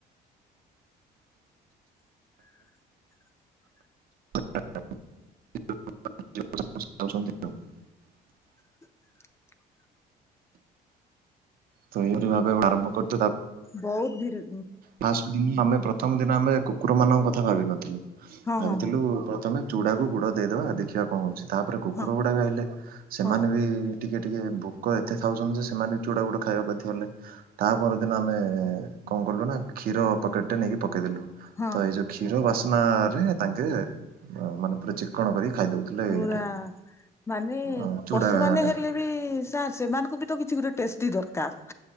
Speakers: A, on the left; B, on the right.
A: <unintelligible>
B: <unintelligible>
A: <unintelligible>
B: ତ ଏଇ ଭଳି ଭାବେ ଆରମ୍ଭ କରୁ
A: ବହୁତ ଧିରେ।
B: ଫାଷ୍ଟ ଦିନ ଆମେ ପ୍ରଥମ ଦିନ ଆମେ କୁକୁର ମାନଙ୍କ କଥା ଭାବିନଥିଲୁ।
A: ହଁ
B: ଭାବିଥିଲୁ
A: ହଁ ହଁ
B: ପ୍ରଥମେ ଚୁଡା କୁ ଗୁଡ ଦେଇଦବା ଦେଖିବା କଣ ହଉଚି। ତାପରେ କୁକୁର
A: ହଁ
B: ଗୁଡ଼ାକ ଆଇଲେ ସେମାନେ
A: ହଁ
B: ବି ଟିକେ ଟିକେ ଭୋକ ଏତେ ଖାଉଚନ୍ତି ଯେ ସେମାନେ ବି ଚୁଡ଼ାଗୁଡ ଖାଇବା ବାଧ୍ୟ ହେଲେ ତା ପରଦିନ ଆମେ କଣ କଲୁ ନା କ୍ଷୀର ପକେଟରେ ନେଇକି ପକେଇଦେଲୁ
A: ହଁ
B: ତ ଏଇ ଯୋଉ କ୍ଷୀର ବାସ୍ନା ରେ ତାଙ୍କେ- ମାନେ ପୁରା ଚିକଣ କରି ଖାଇ ଦଉଥିଲେ
A: ପୁରା।
B: ଏଇଟା।
A: ମାନେ
B: ଅ ଚୁଡା
A: ପଶୁମାନେ
B: ଟା
A: ହେଲେ ବି ସେମାନଙ୍କୁ ବି ତ କିଛି ଗୋଟେ ଟେଷ୍ଟି ଦରକାର।